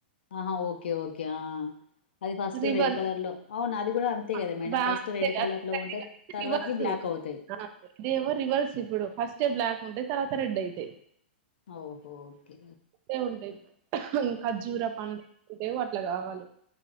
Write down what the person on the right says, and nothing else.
రివర్స్
అ
బా
అంతే
అదొకటి
రివర్స్
ఆ ఇదేమో రివర్స్ ఇప్పుడు ఫస్ట్ే బ్లాక్ ఉంటాయి తర్వాత రెడ్ అయితాయి
స ఉన్నాయి ఖర్జూర పండ్లు ఉంటే అట్లా కావాలి